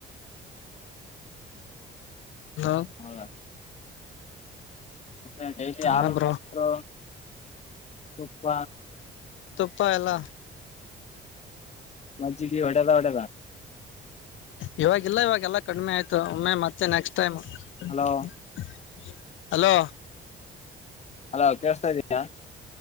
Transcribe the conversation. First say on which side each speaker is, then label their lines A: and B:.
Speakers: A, on the left; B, on the left.
A: ಹಲೋ
B: ಹೌದ ಅ ಡೈಲಿ ಹಾಲು
A: ಹಾ ಬ್ರೋ
B: ಮೋಸ್ರು <unintelligible> ತುಪ್ಪ
A: ಪ್ಪ ಎಲ್ಲ
B: <unintelligible> ತಿ ಒಡೆದ ಒಡೆದ
A: ಇವವಾಗಿಲ್ಲ ಇವಾಗೆಲ್ಲ ಕಡಿಮೆ ಆಯ್ತು. ಒಮ್ಮೆ ಮತ್ತೆ next time <unintelligible>
B: hello
A: hello
B: hello ಕೇಳ್ಸ್ತಾ ಇದಿಯಾ